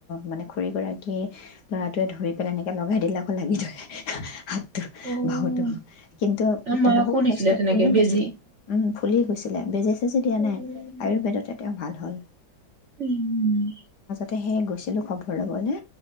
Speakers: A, on the left (about 60°); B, on the right (about 50°).
A: মানে খুৰী গৰাকী ল'ৰাটোৱে ধৰি পেলাই এনেকে লগাই দিলে আকৌ লাগি ধৰে। <unintelligible> <unintelligible>
B: উম
A: বাহুতো কিন্তু
B: অ মাকো
A: বহুত
B: দিছিলে
A: কষ্ট
B: তেনেকে
A: ফুলি
B: বেজি
A: গৈছিলে, উম ফুলি গৈছিলে, বেজে-চেজি দিয়া
B: উম
A: নাই, আয়ুৰ্বেদতে তেওঁ ভাল হ'ল।
B: উম
A: হে গৈছিলো খবৰ ঘূৰা বলে